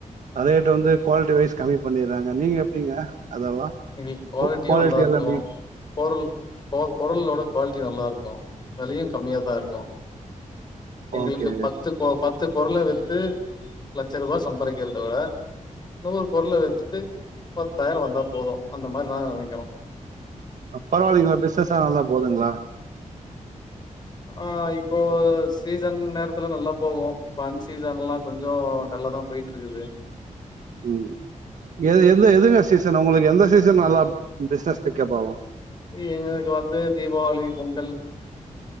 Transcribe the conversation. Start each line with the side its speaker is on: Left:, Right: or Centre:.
Right: பழைய ரேட்டு வந்து குவாலிட்டி வைஸ் கம்மி பண்ணறாங்க நீங்க எப்டிங்க அதெல்லா
Left: எங்களுக்கு குவாலிட்டியோ
Right: குவாலிட்டி
Left: நல்லா இருக்கோ
Right: எல்லா எப்டி
Left: பொருள் பொருளோட குவாலிட்டி நல்லா இருக்கோ விலையோ கம்மியாக தா இருக்கோ எங்களுக்கு
Right: ஓகே
Left: பத்து போ ப த்து பொருள வித்து லட்சோ ரூபா சம்பாரிக்கறத விட நூரு பொருள வித்துட்டு பத்தாயிரோ வந்தா போது அந்த மாரி தாங்க நினைக்குறோ
Right: அப் பரவாயில்லைங்களா பிஸ்னஸ்ல்லா நல்லா போதுங்களா
Left: அ இப்போ சீசன் நேரத்துல நல்லா போகு இப்போ அன் சீசன்லா கொஞ்சோ டல்லாதா பொய்ட்ருக்குது
Right: ம் எத் எந்த எதுங்க சீசன் உங்ளுக்கு எந்த சீசன் நல்லா பிஸ்னஸ் பிக்கப் ஆவு
Left: இ எங்களுக்கு வந்து தீபாவளி பொங்கல்